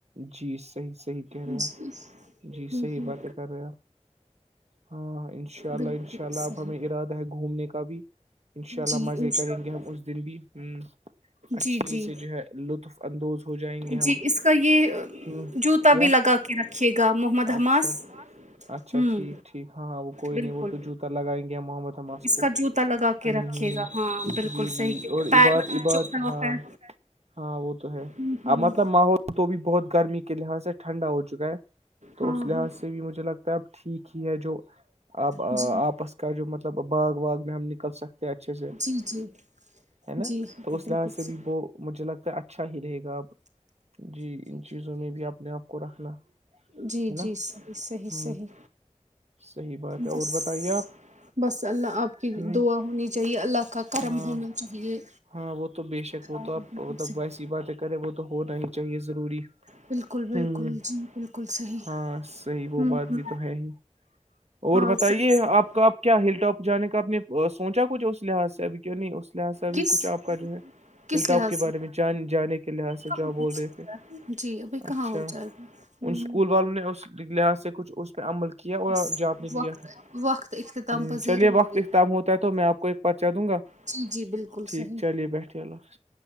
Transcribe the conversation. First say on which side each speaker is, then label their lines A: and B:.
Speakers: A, on the right; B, on the right.
A: جی صحیح صحیح کہہ
B: جی
A: رہے آپ جی
B: ہوں
A: صحیح
B: ہوں
A: باتیں کر رہے آپ ہاں انشاء اللہ
B: بالکل
A: انشاء اللہ
B: صحیح
A: اپ ہمیں ارادہ ہے گھومنے کا بھی انشاء اللہ
B: جی
A: مزے
B: انشاء
A: کریں
B: اللہ
A: گے ہم اس دن بھی ہمم اچھے
B: جی جی
A: سے جو ہے لطف اندوز ہو جائیں گے
B: جی
A: ہم
B: اس کا یہ
A: ہ
B: جوتا
A: کیا
B: بھی لگا کے رکھیے گا محمد
A: اچھا
B: حماس
A: اچھا
B: ہوں
A: ٹھیک ٹھیک ہاں کوئی
B: بالکل
A: نہیں وہ تو جوتا لگائیں گے محمد حماس
B: اس
A: کو
B: کا جوتا لگا کے
A: ہ
B: رکھیے
A: ہ
B: گا ہاں بالکل
A: جی
B: صحیح
A: جی
B: کیونکہ
A: اور
B: پیر
A: عباد
B: میں کچھ
A: عباد
B: چبھتا ہوا
A: ہاں
B: پیر
A: ہاں وہ تو ہے
B: ہوں ہوں
A: اب مطلب ماحول تو بھی بہت گرمی کے لحاظ سے ٹھنڈا ہو چکا ہے تو
B: ہاں
A: اس لحاظ
B: ہاں
A: سے بھی مجھے لگتا ہے تب ٹھیک ہی ہے جو اب آپس
B: جی
A: کا جو مطلب باغ واغ میں ہم نکل سکتے اچھے سے
B: جی جی
A: ہے نا
B: جی ہاں
A: تو اس
B: بالکل
A: لحاظ سے
B: صحیح
A: بھی وہ مجھے لگتا ہے اچھا ہی رہے گا اب جی ان چیزوں میں بھی اپنے آپ کو رکھنا ہے
B: جی جی
A: نا
B: صحیح صحیح
A: ہ
B: صحیح
A: صحیح بات ہے
B: بس
A: اور بتائیے آپ
B: بس اللہ آپ کی
A: ہ
B: دعا ہونی چاہیے اللہ کا کرم
A: ہاں
B: ہونا چاہیے
A: ہاں وہ تو بے شک
B: ہاں
A: وہ تو آپ
B: بالکل
A: مطلب
B: صحیح،
A: ویسی باتیں کریں وہ تو ہونا ہی چاہیے ضروری
B: بالکل بالکل
A: ہوں
B: جی بالکل صحیح
A: ہاں صحیح وہ
B: ہوں
A: بات
B: ہوں
A: بھی تو ہے ہی اور
B: ہاں
A: بتائیے
B: صحیح صحیح
A: آپ کا آپ کیا ہل ٹاپ جانے کا اپنے سوچا کچھ اس لحاظ سے ابھی کیوں نہیں اس لحاظ سے ابھی
B: کس
A: کچھ آپ کا جو ہے
B: کس
A: ہل ٹاپ
B: لحاظ
A: کے
B: سے
A: بارے میں جان جانے کے لحاظ سے
B: کہاں
A: جو آپ بول
B: ہو سکتا
A: رہے تھے
B: ہے جی ابھی کہاں
A: اچھا
B: ہو جائے گا
A: ان
B: ہوں
A: اسکول والوں نے اس لحاظ سے کچھ اس پہ عمل کیا اور
B: بس
A: جپ نے دیا
B: وقت
A: تھا
B: وقت اختتام
A: ہ
B: پذیر
A: چلیے
B: ہو
A: وقت
B: گیا
A: اختام ہوتا ہے تو میں آپ کو ایک پچہ دوں گا
B: جی جی بالکل
A: ٹھیک
B: صحیح
A: چلیے بیٹھیے اللہ حا